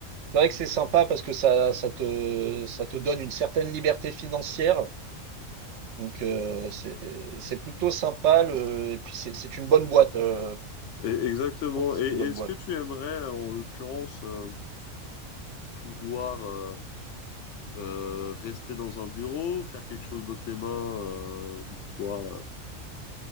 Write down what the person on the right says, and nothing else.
C'est vrai que c'est sympa parce que ça ça te ça te donne une certaine liberté financière, donc heu, c'est c'est plutôt sympa le et puis c'est c'est une bonne boîte, heu,
je trouve que c'est
une bonne boîte.